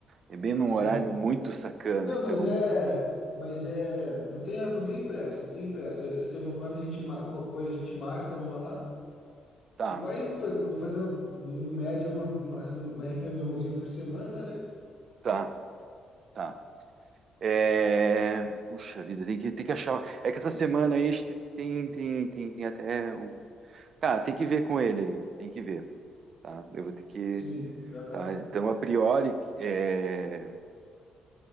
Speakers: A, on the right; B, on the left.
A: é bem num
B: sim.
A: horário muito sacana.
B: Não,
A: Então,
B: mas é. Mas é. Não tem, não tem pressa, não tem pressa. Essa semana a gente, mar- qualquer coisa a gente marca uma lá
A: tá,
B: e vai indo, fa- fazendo em média uma, uma, uma reuniãozinha por semana, né?
A: tá, tá. É... Puxa vida, tem que, tem que achar. É que essa semana aí este- tem, tem, tem, tem até um. Cara, tem que ver com ele ali, tem que ver, tá? Eu vou ter que.
B: Sim. Aham.
A: Tá, então, a priori, é,